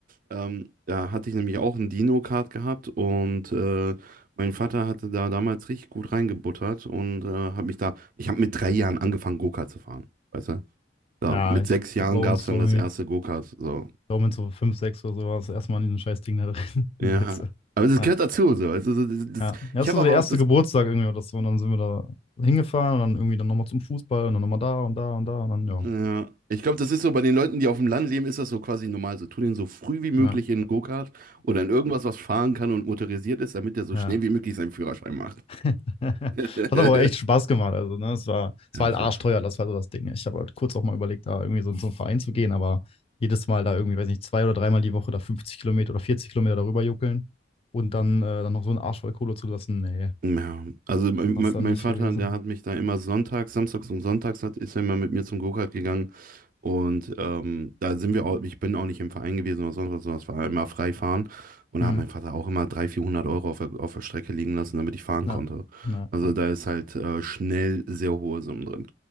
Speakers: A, on the right; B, on the left.
A: ähm, da hatte ich nämlich auch ein Dino-Kart gehabt und äh, mein Vater hatte da damals richtig gut reingebuttert und äh, hat mich da, ich habe mit drei Jahren angefangen, Go-Kart zu fahren, weißt du? So,
B: ja,
A: mit
B: ich,
A: sechs Jahren
B: bei uns
A: gab es dann
B: so
A: das erste Go-Kart, so.
B: So mit so 5 6 oder sowas erstmal in diesem scheiß Ding da drin <laughs> in
A: Ja,
B: Weze.
A: aber das
B: Ja,
A: gehört dazu, so. Also, so, das,
B: ja.
A: das,
B: Ja, das
A: ich habe
B: war
A: aber
B: so der erste
A: auch das
B: Geburtstag irgendwie oder so. Und dann sind wir da hingefahren und dann irgendwie dann nochmal zum Fußball und dann nochmal da und da und da und dann, ja.
A: Ja, ich glaube, das ist so bei den Leuten, die auf dem Land leben, ist das so quasi normal. So, tu den so früh wie möglich
B: Ja,
A: in einen Go-Kart oder in irgendwas, was fahren kann und motorisiert ist, damit der so
B: ja.
A: schnell wie möglich seinen Führerschein macht.
B: <laughs> Das hat
A: <laughs>
B: aber auch echt Spaß gemacht. Also, ne, es war, es
A: Ja,
B: war
A: auf
B: halt arschteuer,
A: jeden Fall.
B: das war so das Ding. Ich habe halt kurz auch mal überlegt, da irgendwie so in so einen Verein zu gehen, aber jedes Mal da irgendwie, weiß nicht, zwei oder dreimal die Woche da 50 Kilometer oder 40 Kilometer darüber juckeln und dann, äh, dann noch so einen Arsch voll Kohle zu lassen, nee,
A: Ja, also mein,
B: war
A: mein
B: es dann
A: mein
B: nicht
A: Vater,
B: gewesen.
A: der hat mich da immer sonntags, samstags und sonntags hat, ist er immer mit mir zum Go-Kart gegangen. Und ähm, da sind wir auch, ich bin auch nicht im Verein gewesen oder sonst was, sondern es war immer frei fahren. Und
B: Hm.
A: da hat mein Vater auch immer 300, 400 Euro auf der, auf der Strecke liegen lassen, damit ich fahren
B: Ja,
A: konnte.
B: ja,
A: Also
B: ja.
A: da ist halt äh, schnell sehr hohe Summen drin.